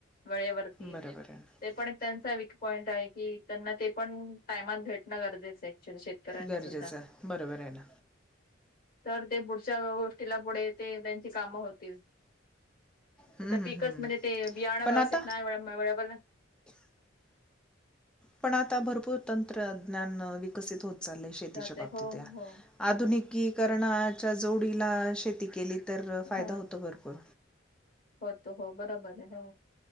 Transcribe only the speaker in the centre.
बरोबर आहे ना.
गरजेचं
आहे. बरोबर आहे ना.
हम्म,
हम्म,
हम्म.
पण
आता
पण आता भरपूर तंत्रज्ञान विकसित होत चाललंय शेतीच्या
बाबतीत
यां.
आधुनिकीकरणाच्या जोडीला शेती केली तर
फायदा होतो भरपूर.